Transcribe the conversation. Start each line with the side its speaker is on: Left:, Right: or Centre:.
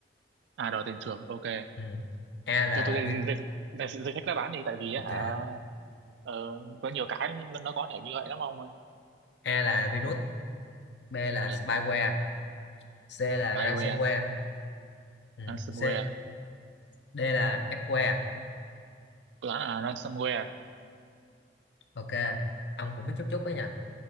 Right: à đòi tiền chuộc ok
Left: ừ. A là
Right: cho tôi danh
Left: virus
Right: danh danh danh sách đáp án đi tại vì
Left: ok
Right: á hả ờ, có nhiều cái nó có thể như vậy lắm ông ơi
Left: A là virus B là
Right: ừ
Left: spyware C là
Right: spyware
Left: ransomware Ừ.
Right: ransomware
Left: C D là Aqua
Right: tôi đoán là ransomware
Left: ok ông cũng biết chút chút đấy nhỉ